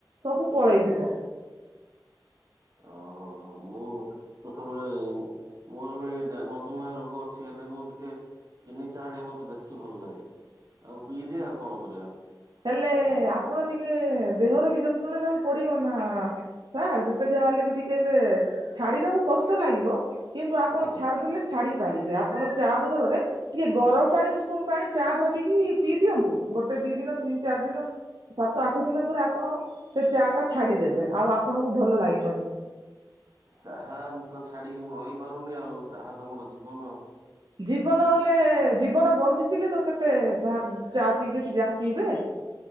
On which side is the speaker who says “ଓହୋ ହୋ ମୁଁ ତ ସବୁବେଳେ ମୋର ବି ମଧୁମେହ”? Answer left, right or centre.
Right